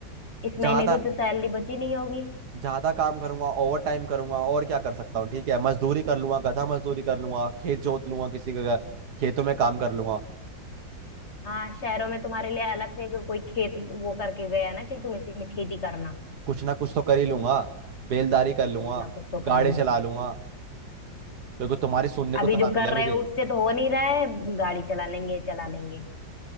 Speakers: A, on the left; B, on the right.
A: इस महीने
B: ज्यादा
A: की तो सैलरी बची नहीं होगी
B: ज्यादा काम करूंगा ओवर टाइम करूंगा और क्या कर सकता हूँ ठीक है मजदूरी कर लूंगा गधा मजदूरी कर लूंगा खेत जोत लूंगा किसी के घर- खेतों में काम कर लूंगा
A: हाँ शहरों में तुम्हारे लिए अलग से को- कोई खेत वो करके गया ना कि तुम इसी में खेती करना
B: कुछ ना कुछ तो कर ही लूंगा बेलदारी कर लूंगा
A: कुछ ना कुछ तो
B: गाड़ी
A: कर ही लो
B: चला लूंगा क्योंकि तुम्हारी सुनने को
A: अभी
B: तो
A: जो
B: ना मिले
A: कर
B: मुझे
A: रहे हो उससे तो हो नहीं रहा है गाड़ी चला लेंगे चला लेंगे